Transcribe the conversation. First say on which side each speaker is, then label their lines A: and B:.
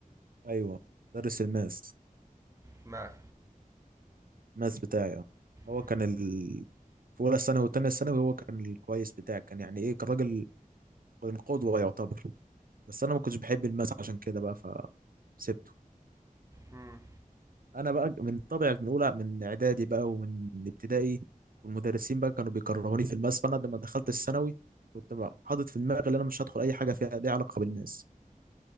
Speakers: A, on the right; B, on the right.
A: ايوه مدرس الماس
B: ما
A: الماس بتاعي اه هو
B: مم.
A: كان ال... في اولى ثانوي وتانية ثانوي هو كان الكويس بتاعي كان يعني ايه كان راجل كان قدوة يعتبر بس انا ما كنتش بحب الماس عشان كده بقى فسبته
B: مم.
A: انا بقى من طبع من اولى من اعدادي بقى ومن ابتدائي والمدرسين بقى كانوا بيكرهوني في الماس فانا لما دخلت الثانوي كنت بقى حاطط في دماغي ان انا مش هدخل اي حاجه فيها ليها علاقه بالماس